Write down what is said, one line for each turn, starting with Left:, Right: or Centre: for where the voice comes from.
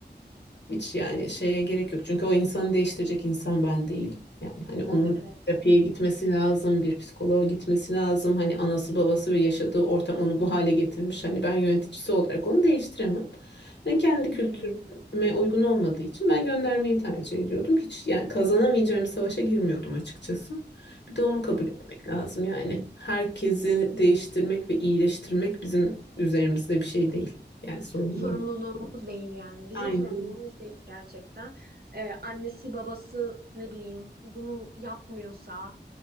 Left: hiç yani şeye gerek yok. Çünkü o insanı değiştirecek insan ben değilim. Yani hani onun
Right: Evet.
Left: terapiye gitmesi lazım, bir psikoloğa gitmesi lazım. Hani anası babası ve yaşadığı ortam onu bu hale getirmiş. Hani ben yöneticisi olarak onu değiştiremem. Yani kendi kültürüme
Right: Hı hı.
Left: uygun olmadığı için ben göndermeyi tercih ediyordum. Hiç yani kazanamayacağım bir savaşa girmiyordum açıkçası. Bir de onu kabul
Right: Evet.
Left: etmek lazım yani. Herkesi değiştirmek ve iyileştirmek bizim üzerimizde bir şey değil. Yani sorumluluğumuz.
Right: sorumluluğumuz değil yani. Bizim
Left: Aynen.
Right: sorumluluğumuz değil gerçekten. Ee, annesi babası ne bileyim bunu yapmıyorsa